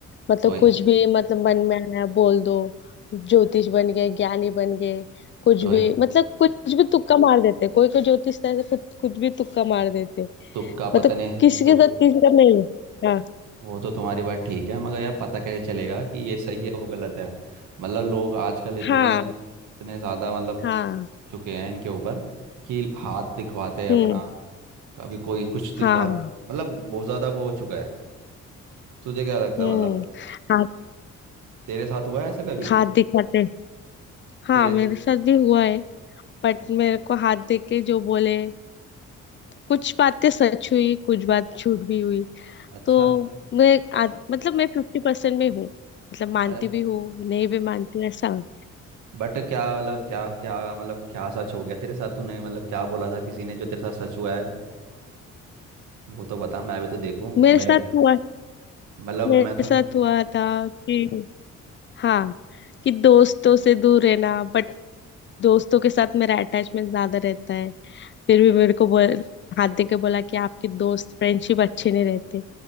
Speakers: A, on the left; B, on the right.
A: मतलब
B: तो
A: कुछ भी मतलब मन में आया बोल दो ज्योतिष बन गए ज्ञानी बन गए कुछ
B: तो
A: भी मतलब कुछ भी तुक्का मार देते कोई कोई ज्योतिष तो ऐसे कुछ कुछ भी तुक्का मार देते
B: तुक्का
A: मतलब
B: पता नहीं
A: किसी के
B: तो
A: साथ किसी का नहीं हाँ
B: वो तो तुम्हारी बात ठीक है मगर यार पता कैसे चलेगा कि ये सही है वो गलत है मतलब लोग आजकल इतने
A: हाँ
B: इतने ज़्यादा मतलब
A: हाँ
B: हो चुके हैं इनके ऊपर कि हाथ दिखवाते हैं
A: हम्म
B: अपना कभी कोई कुछ दिखवा
A: हाँ
B: मतलब
A: हाँ
B: बहुत ज्यादा वो हो चुका है तुझे क्या लगता
A: हम्म
B: है मतलब
A: हाथ
B: तेरे साथ हुआ है ऐसा कभी
A: हाथ दिखाते हाँ
B: तेरे
A: मेरे साथ भी हुआ है बट मेरे को हाथ देख के जो बोले कुछ बातें सच हुई कुछ बात झूठ भी हुई
B: अच्छा
A: तो मैं आज- मतलब मैं फिफ्टी परसेंट में हूँ मतलब मानती
B: मतलब
A: भी हूँ नहीं भी मानती हूँ, ऐसा हो
B: बट क्या मतलब क्या क्या मतलब क्या सच हो गया तेरे साथ तूने मतलब क्या बोला था किसी ने जो तेरे साथ सच हुआ है वो तो बता मैं भी तो देखूं
A: मेरे
B: मेरे
A: साथ हुआ
B: मतलब
A: मेरे
B: मैं तो
A: साथ हुआ था कि हाँ कि दोस्तों से दूर रहना बट दोस्तों के साथ मेरा अटैचमेंट ज्यादा रहता है फिर भी मेरे को बोल हाथ दे के बोला कि आपके दोस्त फ्रेंडशिप अच्छे नहीं रहते